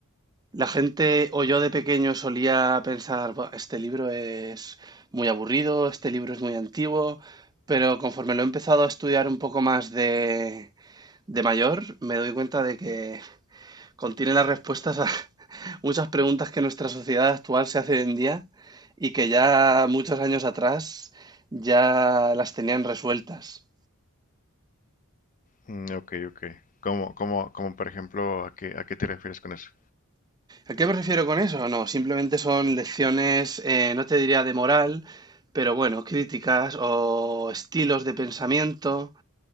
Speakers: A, on the right (about 20°); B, on the left (about 35°).
A: la gente o yo de pequeño solía pensar, "Buah, este libro es muy aburrido, este libro es muy antiguo, pero conforme lo he empezado a estudiar un poco más de, de mayor, me doy cuenta de que contiene las respuestas a <laughs> muchas preguntas que nuestra sociedad actual se hace hoy en día y que ya muchos años atrás ya las tenían resueltas.
B: Mm, ok, ok. Como, como, como por ejemplo, ¿a qué, a qué te refieres con eso?
A: ¿A qué me refiero con eso? No, simplemente son lecciones, eh, no te diría de moral, pero bueno, críticas o estilos de pensamiento